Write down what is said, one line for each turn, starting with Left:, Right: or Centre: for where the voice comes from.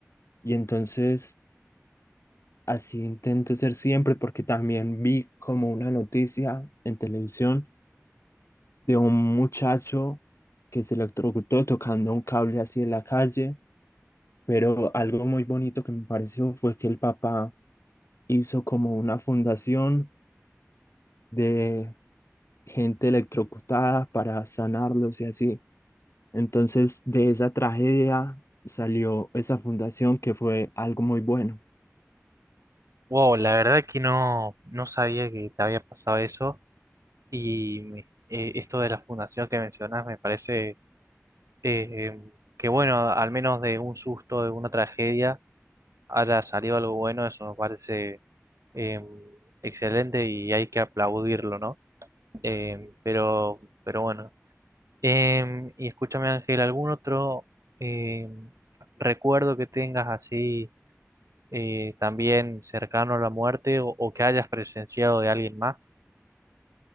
Left: Y entonces así intento ser siempre porque también vi como una noticia en televisión de un muchacho que se electrocutó tocando un cable así en la calle, pero algo muy bonito que me pareció fue que el papá hizo como una fundación de gente electrocutada para sanarlos y así. Entonces, de esa tragedia salió esa fundación que fue algo muy bueno.
Right: Wow, la verdad que no, no sabía que te había pasado eso y me- eh, esto de la fundación que mencionas me parece eh, em, que bueno, al menos de un susto, de una tragedia, haya salido algo bueno, eso me parece eh, excelente y hay que aplaudirlo, ¿no? Eh, pero, pero bueno. Em, y escúchame, Ángel, ¿algún otro em, recuerdo que tengas así eh, también cercano a la muerte o, o que hayas presenciado de alguien más?